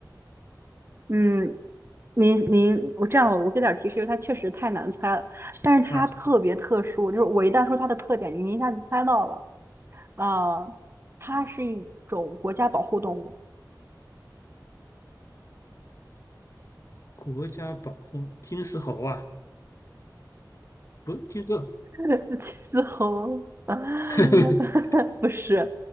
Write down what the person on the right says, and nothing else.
嗯，您您，我这样我我给点儿提示，因为它确实太难猜了，但是它特别特殊，
就是我一旦说它的特点，您一下就猜到了。啊，它是一种国家保护动物，
<laughs> 金丝猴。<laughs>
不是，